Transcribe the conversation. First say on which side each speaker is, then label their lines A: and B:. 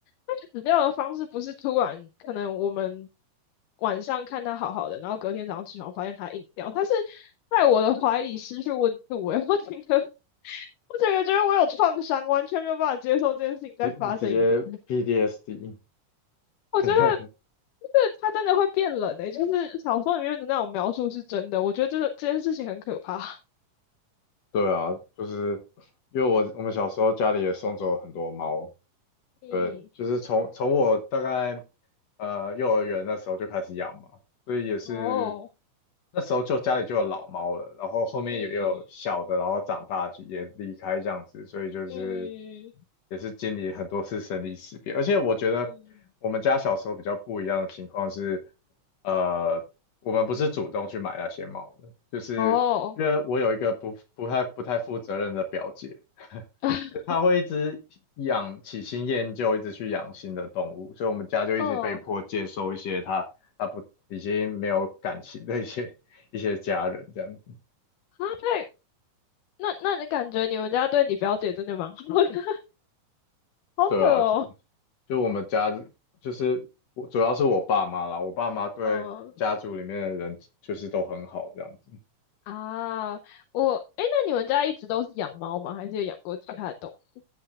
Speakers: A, on the left; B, on the left.
A: 它死掉的方式不是突然，可能我们晚上看它好好的，然后隔天早上起床发现它硬掉，它是在我的怀里失去温度、欸。<laughs> 我整个我整个觉得我有创伤，完全没有办法接受这件事情再发生一次。
B: 你你直接 p d s d
A: 我觉得
B: <laughs>
A: 就是它真的会变冷诶、就是小说里面的那种描述是真的。我觉得这个这件事情很可怕。
B: 对啊，就是因为我我们小时候家里也送走很多猫，
A: 嗯，
B: 对，就是从从我大概呃幼儿园那时候就开始养嘛，所以也是
A: 哦，
B: 那时候就家里就有老猫了，然后后面也有小的，
A: 嗯嗯
B: 然后长大就也离开这样子，所以就是
A: 嗯
B: 也是经历很多次生离死别。而且我觉得我们家小时候比较不一样的情况是，
A: 嗯，
B: 呃，我们不是主动去买那些猫的，就是因为我有一个不不太不太负责任的表姐。
A: 哦，<laughs>
B: 所以它会一直养起新厌旧，一直去养新的动物，所以我们家就一直被迫接收一些他他不已经没有感情的一些一些家人这样子。
A: 哦，啊，太，那那你感觉你们家对你表姐真的蛮好的，<laughs> 好扯哦。
B: 对啊，就就我们家就是我主要是我爸妈啦，我爸妈对家族里面的人就是都很好这样子，
A: <laughs> 嗯啊，我，诶，那你们家一直都是养猫吗？还是有养过其他的动物？